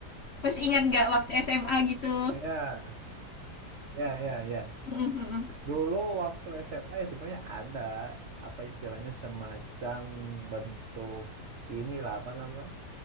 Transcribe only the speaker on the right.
ya ya ya ya
dulu waktu SMA ya sebenarnya ada apa istilahnya semacam bentuk inilah apa namanya